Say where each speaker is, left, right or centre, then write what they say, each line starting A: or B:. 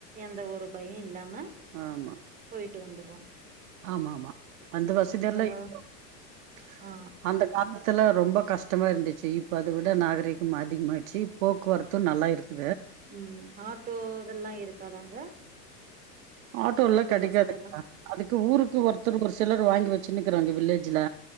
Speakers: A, on the right (about 15°); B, on the right (about 55°).
A: எந்த ஒரு பய இல்லாம
B: ஆமா
A: போயிட்டு வந்துறோ
B: ஆமா ஆமா அந்த வசதி எல்லா
A: வ
B: இப் <unintelligible>
A: ஆ
B: அந்தக் காலத்தில ரொம்ப கஷ்டமாக இருந்துச்சு இப்போ அத விட நாகரீகம் அதிகமாயிச்சு போக்குவரத்து நல்லா இருக்கு
A: ம் ஆட்டோ இதல்லா இருக்காதாங்க
B: ஆட்டோ எல்லா கெடைக்காதுங்க
A: வசதி எல்லா
B: அதுக்கு ஊருக்கு ஒருத்தர் ஒரு சிலர் வாங்கி வச்சுன்னுக்கிறாங்க வில்லேஜ்ல